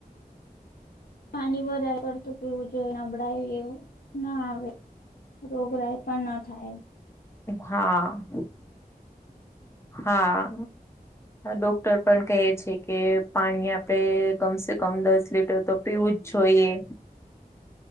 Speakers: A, on the left; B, on the left.
A: પાણી વધારે પડતું પીવું જોઈએ નબળાય એવું ના આવે. રોગરાય પણ ના થાય.
B: હા. હા, ડોક્ટર પણ કહે છે કે પાણી આપડે કમસે કમ દસ લીટર તો પીવું જ જોઈએ.